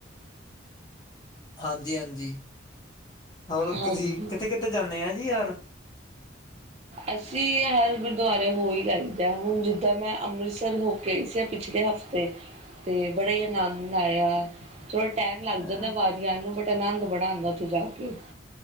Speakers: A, on the left (about 20°); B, on the right (about 35°).
A: ਹਾਂਜੀ-ਹਾਂਜੀ ਹੋਰ
B: ਹਾਂਜੀ,
A: ਤੁਸੀਂ ਕਿੱਥੇ ਕਿੱਥੇ ਜਾਂਦੇ ਆ ਜੀ ਯਾਰ।
B: ਅਸੀਂ ਹਰ ਗੁਰਦੁਆਰੇ ਹੋ ਹੀ ਆਈਦਾ ਹੁਣ ਜਿੱਦਾਂ ਮੈਂ ਅੰਮ੍ਰਿਤਸਰ ਹੋ ਕੇ ਆਈ ਸੀ ਪਿਛਲੇ ਹਫ਼ਤੇ, ਅਤੇ ਅਤੇ ਬੜਾ ਹੀ ਆਨੰਦ ਆਇਆ। ਥੋੜਾ ਟਾਈਮ ਲੱਗ
A: ਹਾਂ।
B: ਜਾਂਦਾ, ਵਾਰੀ ਆਣ ਨੂੰ ਬਟ ਆਨੰਦ ਬੜਾ ਆਉਂਦਾ ਉੱਥੇ ਜਾ ਕੇ,